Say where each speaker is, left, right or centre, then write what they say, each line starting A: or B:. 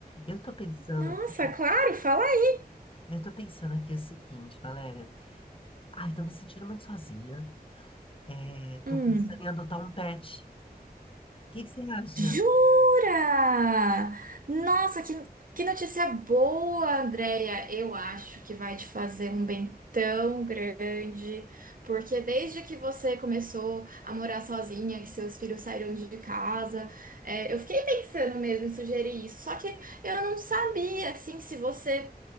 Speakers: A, on the left; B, on the right.
A: Eu tô pensando
B: Nossa,
A: aqui,
B: claro, fala aí.
A: eu tô pensando aqui o seguinte, Valéria. Ai, tô me sentindo muito sozinha. É, tô
B: Hum,
A: pensando em adotar um pet. O que que você acha?
B: jura? Nossa, que, que notícia boa, Andréia. Eu acho que vai te fazer um bem tão grande, porque desde que você começou a morar sozinha, que seus filhos saíram de casa, é, eu fiquei pensando mesmo em sugerir isso, só que eu não sabia, assim, se você